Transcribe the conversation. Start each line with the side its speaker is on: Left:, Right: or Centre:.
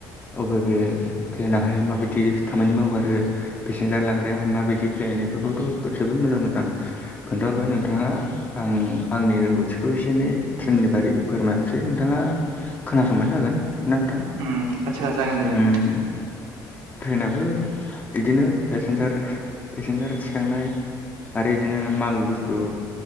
Left: अबे बे प्लेनहाय माबायदि खामानि मावो आरो पेसेन्जार लांग्राया माबायदि फ्लेट बेफोरखौथ' जोबोद मोजां मोजां खोन्थाहरबाय नोंथाङा आं आंनि रोंगौथिखौ एसे एनै ट्रेननि बारै फोरमायनोसै नोंथाङा खोनासंबानो जागोन ना नोंथां?
Right: उम। आदसा जागोन दे
Left: उम।
Right: जागोन
Left: ट्रेनाबो बिदिनो पेसेन्जार पेसेन्जार थिखांनाय आरो बिदिनो माल बुस्थु